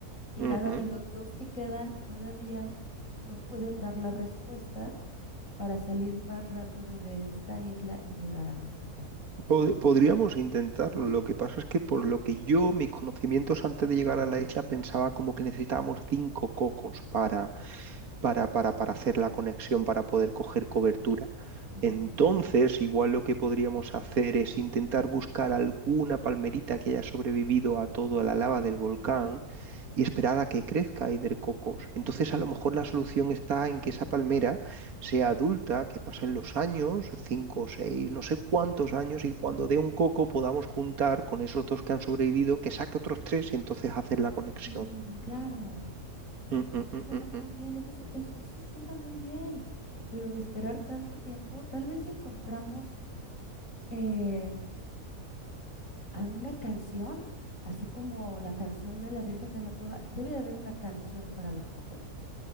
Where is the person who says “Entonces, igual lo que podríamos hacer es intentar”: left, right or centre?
Right